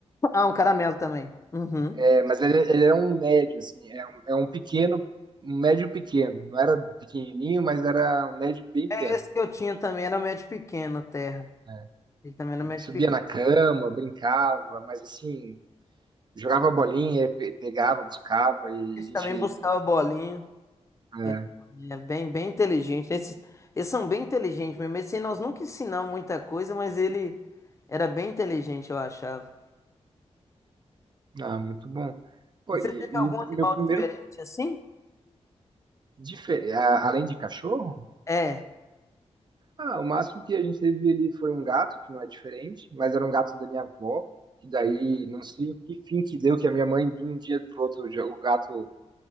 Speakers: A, on the left; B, on the right.
A: Ah, um caramelo também. Uhum.
B: é, mas ele, ele era um médio, assim, é um, é um pequeno, um médio pequeno, não era pequenininho, mas era um médio bem
A: É
B: pequeno.
A: esse que eu tinha também, era médio pequeno, terra.
B: né?
A: Ele também era médio
B: Subia
A: pequeno.
B: na cama, brincava, mas assim, jogava bolinha, pe- pegava, buscava, e
A: Esse
B: a gente
A: também buscava bolinha.
B: é,
A: Ele É bem, bem inteligente. Esses, eles são bem inteligentes mesmo. Esse aí nós nunca ensinamos muita coisa, mas ele era bem inteligente, eu achava.
B: Ah, muito bom. Pô,
A: E você
B: e,
A: teve algum
B: e o
A: animal
B: meu primeiro,
A: diferente assim?
B: difer- a- além de cachorro,
A: É.
B: ah, o máximo que a gente teve ali foi um gato, que não é diferente, mas era um gato da minha avó, que daí não sei que fim que deu, que a minha mãe, de um dia pro outro, já- o gato,